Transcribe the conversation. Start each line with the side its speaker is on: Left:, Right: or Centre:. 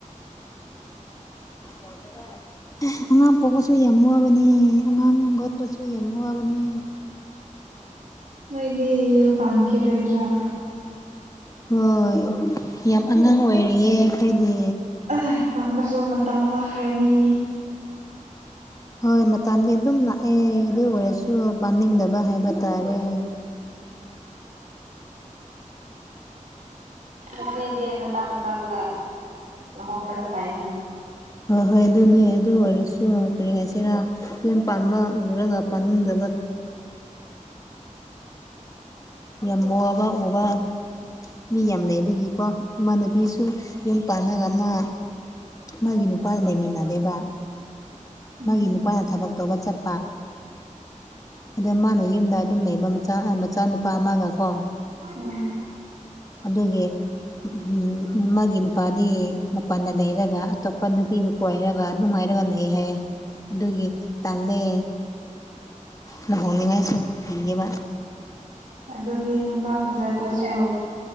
Left: <unintelligible> ꯑꯉꯥꯡ ꯄꯣꯛꯄꯁꯨ ꯌꯥꯝꯋꯥꯕꯅꯤ ꯑꯉꯥꯡ ꯒꯣꯠꯄꯁꯨ ꯌꯥꯝꯋꯥꯕꯅꯤ
Right: ꯅꯣꯏꯗꯤ ꯌꯨꯝ ꯄꯥꯟꯈꯤꯔꯣꯏꯗ꯭ꯔꯥ
Left: ꯍꯣꯏ ꯌꯥꯝ ꯑꯉꯥꯡ ꯑꯣꯏꯔꯤꯌꯦ ꯑꯩꯈꯣꯏꯗꯤ
Right: ꯑ ꯄꯥꯟꯕꯁꯨ ꯃꯇꯝ ꯂꯥꯛꯈ꯭ꯔꯅꯤ
Left: ꯍꯣꯏ ꯃꯇꯝꯗꯤ ꯑꯗꯨꯝ ꯂꯥꯛꯑꯦ ꯑꯗꯨ ꯑꯣꯏꯔꯁꯨ ꯄꯥꯅꯤꯡꯗꯕ ꯍꯥꯏꯕ ꯇꯥꯔꯦ <inaudible>
Right: ꯅꯨꯄꯤꯗꯤ ꯃꯇꯝ ꯃꯇꯝꯗ
Left: <unintelligible>
Right: ꯂꯨꯍꯣꯡꯕꯅ ꯐꯥꯏꯅ
Left: ꯍꯣꯏ ꯍꯣꯏ ꯑꯗꯨꯅꯦ ꯑꯗꯨ ꯑꯣꯏꯔꯁꯨ ꯀꯔꯤ ꯍꯥꯏꯁꯤꯔꯥ ꯌꯨꯝ ꯄꯥꯟꯕꯥꯝꯕ ꯎꯔꯒ ꯄꯥꯅꯤꯡꯗꯕ ꯌꯥꯝ ꯋꯥꯕ ꯑꯣꯕ ꯃꯤ ꯌꯥꯝ ꯂꯩꯩꯕꯒꯤꯀꯣ ꯏꯃꯥꯟꯅꯕꯤꯁꯨ ꯌꯨꯝ ꯄꯥꯟꯅꯒ ꯑꯃ ꯃꯥꯒꯤ ꯅꯨꯄꯥꯗ ꯂꯩꯃꯤꯟꯅꯔꯦꯕ
Right: ꯎꯝ
Left: ꯃꯥꯒꯤ ꯅꯨꯄꯥꯅ ꯊꯕꯛ ꯇꯧꯕ ꯆꯠꯄ ꯑꯗ ꯃꯥꯅ ꯌꯨꯝꯗ ꯑꯗꯨꯝ ꯂꯩꯕ ꯃꯆꯥ ꯃꯆꯥꯅꯨꯄꯥ ꯑꯃꯒ ꯀꯣ
Right: ꯎꯝ
Left: ꯑꯗꯨꯒꯤ ꯎꯝ ꯑꯃꯒꯤ ꯅꯨꯄꯥꯗꯤ ꯃꯄꯥꯟꯗ ꯂꯩꯔꯒ ꯑꯇꯣꯞꯄ ꯅꯨꯄꯤꯕꯨ ꯀꯣꯏꯔꯒ ꯅꯨꯡꯉꯥꯏꯔꯒ ꯂꯩ ꯍꯥꯏꯌꯦ ꯑꯗꯨꯒꯤ ꯇꯥꯂꯦ ꯂꯨꯍꯣꯡꯅꯤꯉꯥꯏꯁꯨ ꯀꯤꯌꯦꯕ
Right: ꯑꯗꯨꯗꯤ ꯅꯨꯄꯥ ꯐꯖꯗꯁꯨ